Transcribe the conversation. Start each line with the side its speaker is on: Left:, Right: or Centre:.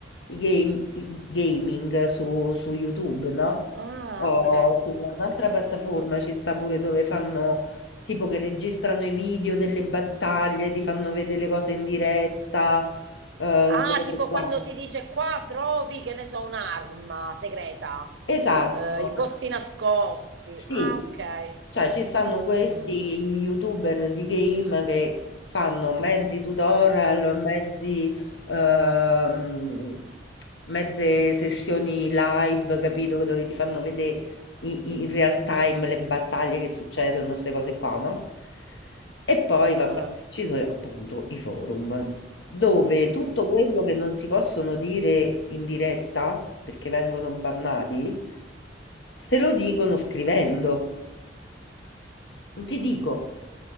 Left: i game, i gaming su, su YouTube, no?
Right: Ah,
Left: O
Right: ok.
Left: su un'altra piattaforma ci sta pure dove fanno, tipo che registrano i video delle battaglie, ti fanno vedere le cose in diretta, eh,
Right: Ah,
Left: queste cose
Right: tipo
Left: qua.
Right: quando ti dice qua trovi, che ne so, un'arma segreta,
Left: Esatto,
Right: eh, i posti nascosti.
Left: sì.
Right: Ah, ok.
Left: Cioè, ci stanno questi
Right: Mm.
Left: YouTuber di game che
Right: <laughs>
Left: fanno mezzi tutorial, mezzi, ehm, mezze sessioni live, capito? Dove ti fanno vedere i- in, real time le battaglie che succedono, queste cose qua, no? E poi,
Right: Ah.
Left: vabbè, ci sono appunto i forum, dove tutto quello che non si possono dire in diretta, perché vengono bannati, se lo dicono scrivendo. Ti dico,